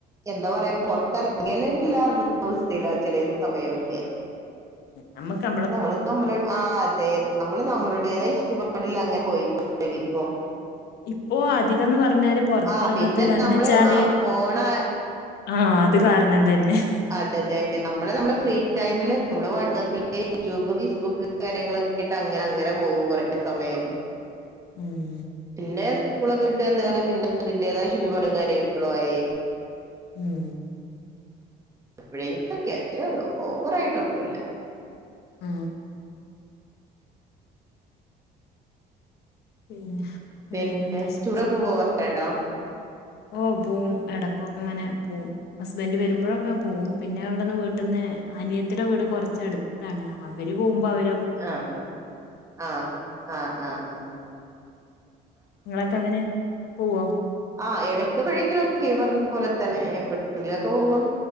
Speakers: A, on the right; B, on the left.
A: എന്താ പറയാ- പുറക്കങ്ങ <unintelligible> അവസ്ഥയില ചെല സമയമൊക്കെ-
B: നമ്മുക്ക്-
A: നമ്മള് നമ്മ ആഹാ അതെ നമ്മള് നമ്മളുടേതായ ചുറ്റുപാടിൽ- അങ്ങനെ പോയിക്കഴിക്കും.
B: ഇപ്പോ അധികംന്ന് പറഞ്ഞാല്- പൊറത്തിറങ്ങാത്ത
A: ആ പിന്നെ
B: കാരന്ന്
A: നമ്മള്
B: വെച്ചാല്-
A: ആ ഫോണ്
B: ആഹാ അത് കാരണം തന്നെ-
A: അതെ, അതെ നമ്മള് നമ്മെ ഫ്രീ- ടൈമില് നമ്മള് വാട്സആപ്പില്- യൂട്യൂബ്, ഫേസ്ബുക്ക്- കാര്യങ്ങളൊക്കെ ആട്ട് അങ്ങനെ- അങ്ങനെ പോകും കുറെേ സമയം.
B: ഉം.
A: പിന്നെ സ്കൂളൊക്കെ ഇട്ട് എന്ത- പിന്നെ അതിന്റേതായ ചുറ്റുപാടും കാര്യങ്ങളും ആഹാ,
B: ഉം.
A: എപ്പോഴെങ്കലും ഒക്കെ അത്രേള്ളൂ, ഓവറ ആയിട്ടൊന്നുമല്ല.
B: ഉം. പിന്നെ. വേറെന്ത്
A: പിന്നെ
B: വിശേ
A: ചുറക്ക് പോവാറുണ്ടോ?
B: ഓ പോവും ഇടയ്ക്കൊക്കെ- ഇങ്ങനെ പോകവും. ഹസ്ബൻന്റ് വരുമ്പോഴൊക്കെ- പോകും പിന്നെ അവിടെന്ന് വീട്ടന്ന് അനിയത്തിടെ വീട് കുറച്ചടുത്ത്- ണ് അവര് പോകുമ്പോ അവ-
A: ആഹ് ആഹ് ആഹ് ആഹ് ആഹ്
B: നിങ്ങളൊക്കെ അങ്ങനെ പോവോ
A: ആഹ് എടക്ക് എപ്പോഴെങ്കിലൊക്കെ പറഞ്ഞപോലെ തന്നെ എപ്പോഴെങ്കിലും ഒക്കെ പോകം